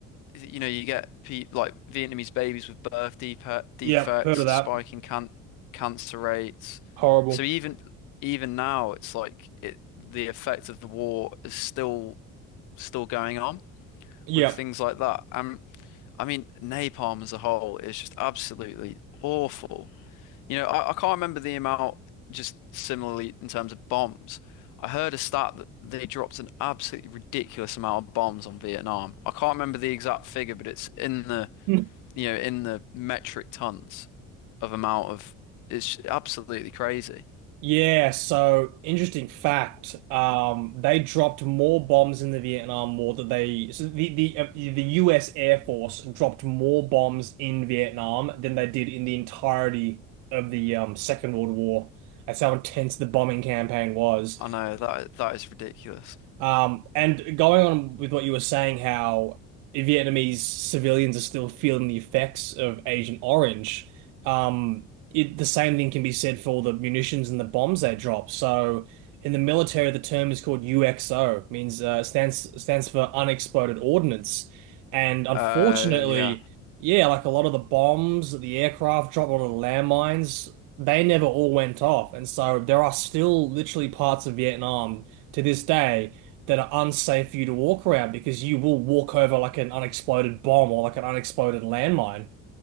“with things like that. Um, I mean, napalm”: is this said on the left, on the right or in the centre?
Left